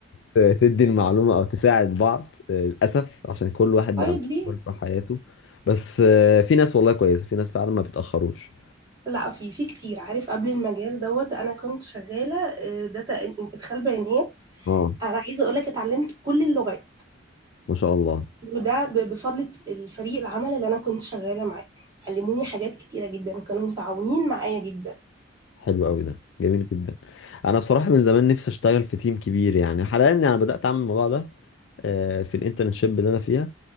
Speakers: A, on the left; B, on the right.
A: ت- تدي المعلومة او تساعد بعض أه للاسف عشان كل واحد
B: طيب
A: بقى
B: ليه
A: مسؤول في حياته بس أه في ناس والله كويسة في ناس فعلا ما بيتأخروش
B: لا في في كتير عارف قبل المجال دوت انا كنت شغاله داتا ادخال بيانات
A: اه
B: انا عايزه اقول لك اتعلمت كل اللغات
A: ما شاء الله
B: وده ب- بفضل الفريق العمل اللي انا كنت شغاله معاه علموني حاجات كتيره جدا وكانوا متعاونين معايا جدا
A: حلو قوي ده جميل جدا انا بصراحه من زمان نفسي اشتغل في تيم كبير يعني حاليا انا بدات اعمل الموضوع ده آه، في الانترنشيب اللي انا فيها